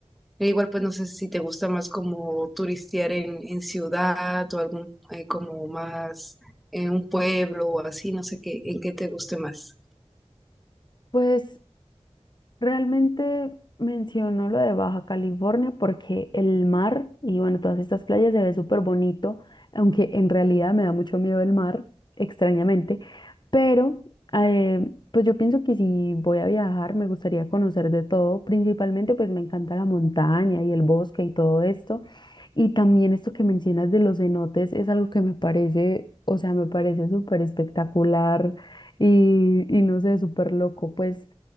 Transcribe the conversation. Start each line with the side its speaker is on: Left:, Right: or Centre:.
Centre: E igual, pues no sé si te gusta más como turistear en, en ciudad o algún, eh, como más en un pueblo o así, no sé qué, en qué te guste más.
Left: Pues Realmente menciono lo de Baja California porque el mar y bueno, todas estas playas se ve súper bonito, aunque en realidad me da mucho miedo el mar, extrañamente, pero eh, pues yo pienso que si voy a viajar me gustaría conocer de todo, principalmente pues me encanta la montaña y el bosque y todo esto, y también esto que mencionas de los cenotes es algo que me parece, o sea, me parece súper espectacular y, y no sé, súper loco, pues.